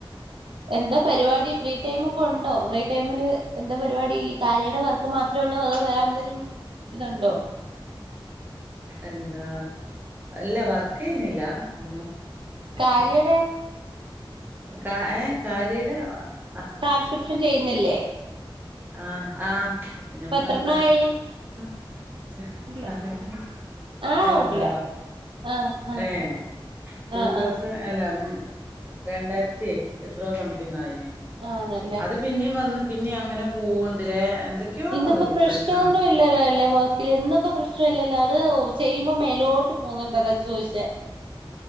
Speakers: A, on the right; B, on the right.
A: എന്താ പരിപാടി ഫ്രീ ടൈമൊക്കെ ഉണ്ടോ ഫ്രീ ടൈമില് എന്താ പരിപാടി കാര്യയുടെ വർക്ക് മാത്രേ ഉള്ളൂ അതോ വേറെന്തേലും ഇതുണ്ടോ
B: എന്താ ഇല്ല വർക്ക് ചെയ്യുന്നില്ല ഒന്നും-
A: കാരിയെടെ
B: കാ ഏ കാരിയെടെ -
A: ട്രാൻസ്ക്രിപ്ഷൻ ചെയ്യുന്നില്ലേ
B: ആഹ് ആഹ് ഞമ്മളത്
A: ഇപ്പൊ എത്രണ്ണായി
B: പറയാ <unintelligible>
A: ഇല്ല
B: പറയാന്
A: ആഹ്
B: എന്താ
A: കൊഴപ്പില്ല ആഹ് ആഹ്
B: ഏ റ്റുതൗസെൻഡ്
A: ആഹ് ആഹ്
B: രണ്ടായിരത്തി എത്രോ സംതിങ് ആയിന്
A: ആണല്ലേ
B: അത് പിന്നെയും വന്ന് പിന്നെ അങ്ങനെ <unintelligible>
A: ഇന്നിപ്പോ പ്രശ്നൊന്നും
B: പ്രശ്നങ്ങ
A: ഇല്ലല്ലോ അല്ലേ ഇല്ല ഇന്നിപ്പോ പ്രശ്നം ഇല്ലല്ലോ അത് ചെയ്യുമ്പോ മേലോട്ട് പോവു ന്നുണ്ട് അതാ ചോദിച്ച്